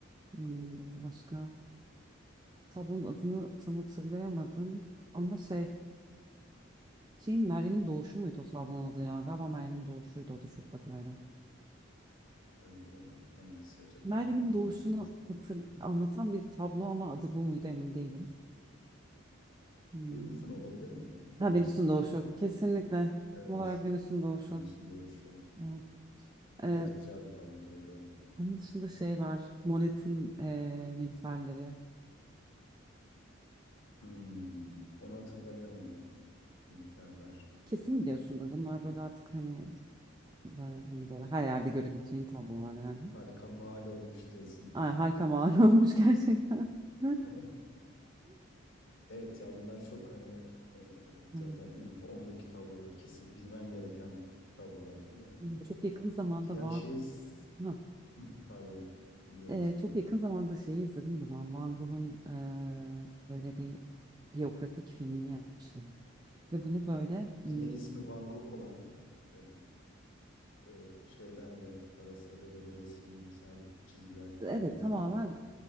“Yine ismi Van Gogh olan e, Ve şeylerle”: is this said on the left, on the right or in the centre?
Left